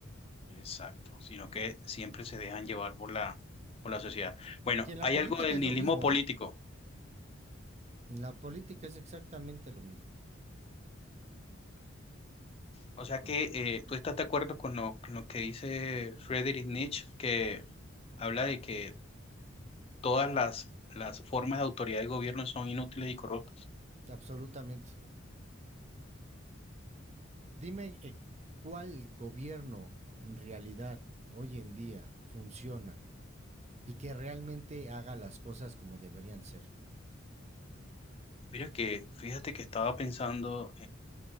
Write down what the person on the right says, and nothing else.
Y en la
política
es
lo mismo,
¿eh? En la política es exactamente lo mismo.
Por-
absolutamente. Dime eh, cuál gobierno en realidad hoy en día funciona y que realmente haga las cosas como deberían ser.